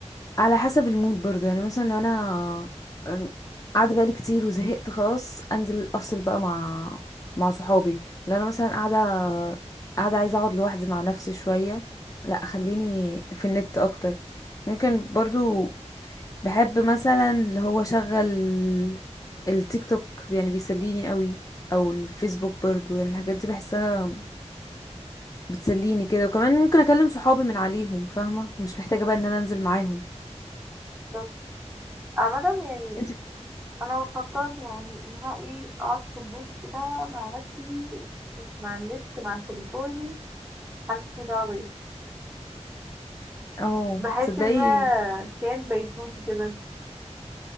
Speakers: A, on the left (about 30°); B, on the right (about 15°).
A: على حسب المود برضو يعني مثلا لو انا أم، قاعده بقالي كتير وزهقت خلاص انزل افصل بقى مع مع صحابي لو انا مثلا قاعده قاعده عايزه اقعد لوحدي مع نفسي شويه لا خليني في النت اكتر ممكن برضو بحب مثلا اللي هو شغل التيك توك يعني بيسليني قوي او الفيسبوك برضو يعني الحاجات دي بحسها بتسليني كده وكمان ممكن اكلم صحابي من عليهم فاهمه مش محتاجه بقى ان انا انزل معاهم
B: طب عامة يعني
A: انت
B: انا بفكر يعني ان انا ايه اقعد في البيت كده مع نفسي مش مع النت مع تليفوني محدش ليه دعوة بيا
A: اه
B: بحس
A: تصدقي
B: ان انا كان بيتوتي كده